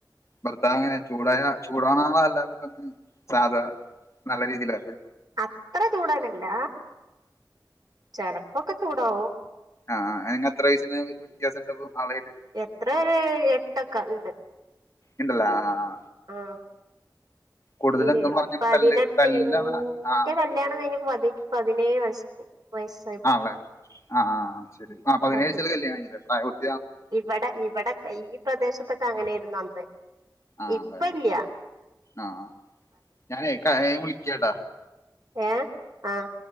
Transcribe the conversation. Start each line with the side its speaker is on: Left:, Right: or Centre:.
Left: ഭർത്താവ് ങ്ങനെ ചൂടായ ചൂടോണാളാ അല്ല പെട്ട സാധാ നല്ല രീതിയില
Right: അത്ര ചൂടാന ല്ല ചെലപ്പൊക്കെ ചൂടാവും
Left: ആഹ് എത്ര വയസിന് വ്യത്യാസം ഉണ്ട ആളയില്
Right: എട്രെ എട്ടൊക്കെ ഉണ്ട്
Left: ണ്ട് ല്ല ആഹ്
Right: ആഹ്
Left: കൂടുതലെന്തും
Right: ഇ
Left: പറഞ്ഞാണ്
Right: പതിനെട്ടന്റെ
Left: തല്ല് തല്ലാണ് ആഹ്
Right: ക ണം ക പ പതിനേഴ വയസ് വയസ്സ്
Left: ആണല്ലെ ആഹ് ആഹ് ശരി ആഹ് പതിനാഴ്ചല്
Right: അതെ
Left: കല്യാണകഴി ച്ചല്ലേ ഇപ്പരും
Right: ഇവിടെ ഇവിടെ ഈ പ്രദേശത്തൊക്കെ അങ്ങനൊയിരുന്നു അന്ന്
Left: ആഹല്ലേ
Right: ഇപ്പ ഇല്ല
Left: ആഹ് ഞാനേ വിളിക്കാട്ടാ
Right: ഏ ആഹ്